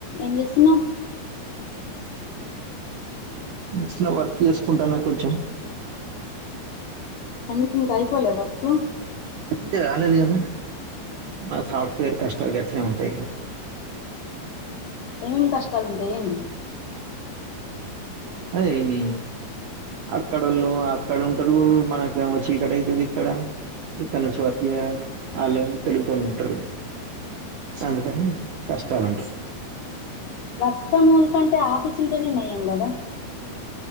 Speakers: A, on the left; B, on the right.
A: ఏం చేస్తున్నావ్
B: slow work చేసుకుంటానా కొంచెం
A: అందుకు ఇంకా అయిపోలే వర్క్
B: కాలేదు కదా మన సాఫ్ట్వేర్ కష్టల్ గట్లే ఉంటాయి
A: ఏమ్ కస్ట్ సమ్ తెమ్
B: అదేఏంది అక్కడళ్ళు అక్కడ ఉంటరు మనకేమో చీకటి ఐయితది ఇక్కడ ఇక్కనుంచి వర్క్ చేయాలి వాళ్ళు తెలివి తోని ఉంటరు సో అందుకని కష్టాలు ఉంటయి
A: వర్క్ ఫ్రమ్ హోమ్ కంటే ఆఫీస్ ఉంటేనే నయం కదా